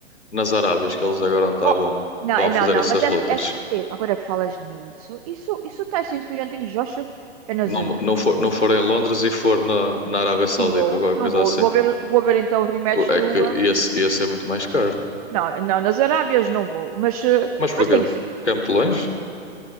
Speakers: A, on the left; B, on the right.
A: nas Arábias que eles agora estavam,
B: Oh, não,
A: estavam
B: é-
A: a
B: não,
A: fazer
B: não,
A: essas
B: mas esta.
A: lutas.
B: esta é, agora que falas nisso, isso, isso está sendo Fernandinho Joshua é nas
A: Não,
B: Arábias.
A: não for, não for em Londres e for na, na Arábia Saudita
B: Não vou,
A: ou qualquer
B: não
A: coisa
B: vou.
A: assim.
B: Vou ver, vou ver então o rematch
A: O- É
B: do.
A: que
B: ah,
A: esse, esse é muito mais caro.
B: Não, não, nas Arábias não vou. Mas, eh,
A: Mas porquê?
B: mas tem que ser.
A: Porque é muito longe?